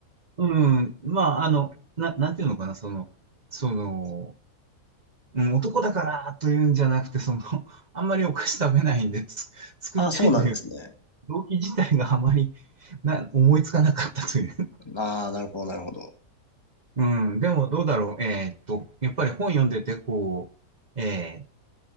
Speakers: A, on the right; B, on the left.
A: うん。まあ、あの、な、なんていうのかな、その、その、うん、男だからというんじゃなくて、その、<laughs> あんまりお菓子食べないんで、つ作りたいという
B: ああ、そうなんですね。
A: 動機自体があまりな思いつかなかったという。<laughs>
B: ああ、なるほど、なるほど。
A: うん、でもどうだろう。えーっと、やっぱり本読んでて、こう、え